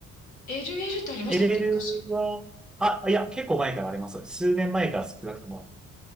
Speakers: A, on the left; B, in the centre.
A: LL ってありましたっけ昔。
B: LL は、あ、いや、結構前からあります。数年前から少なくとも